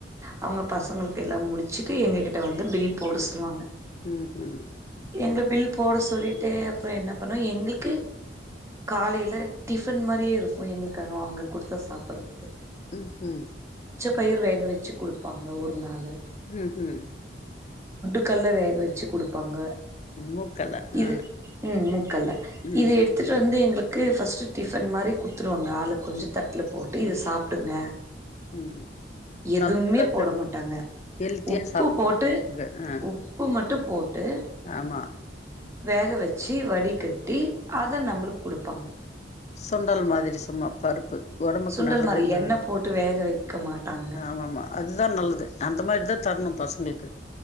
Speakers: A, on the right (about 15°); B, on the left (about 40°).
A: அவங்க பசங்களுக்கு எல்லாம் முடிச்சுட்டு எங்ககிட்ட வந்து பில் போட சொல்லுவாங்க
B: உஹம் உம்
A: எங்க பில் போட சொல்லிட்டு அப்றம் என்ன பண்ணுவோம் எங்களுக்கு காலையில டிஃபன் மாரியே இருக்கு எங்களுக்கு அங்க அவங்க குடுத்த சாப்படறதுக்கு
B: ம் ஹும்
A: பயிர் வேக வச்சு குடுப்பாங்க ஒரு நாளு
B: ம் ஹும்
A: க்கல்ல வேக வச்சு குடுப்பாங்க
B: மூக்கல
A: இது
B: ஆ
A: ம் மூக்கல்ல
B: ம்
A: இது எடுத்துட்டு வந்து எங்க ள்க்கு ஃபஸ்ட் டிஃபன் மாரி குடுத்துருவாங்க ஆளுக்கு கொஞ்சோ தட்ல போட்டு இத
B: ம்
A: சாப்டுங்க
B: ம்
A: எதுமே
B: நல்ல
A: போட மாட்டாங்க
B: ஹெல்த்தியா
A: உப்பு
B: சாப்பிட
A: போட்டு
B: போறாங்க ஆ
A: உப்பு மட்டு போட்டு
B: ஆமா
A: வேக வச்சு வடிகட் டி அத நம்மளுக்கு குடுப்பாங்க
B: சுண்டல் மாதிரி சும்மா பருப்பு ஒடம்புக்கு
A: சுண்டல்
B: நல்லதுன்றனா
A: மாரி எண்ணெ போட்டு வேக வைக்க மாட்டாங்க
B: ஆமா ஆமா அதுதா நல்லது அந்த மாரிதா தரணு பசங்களுக்கு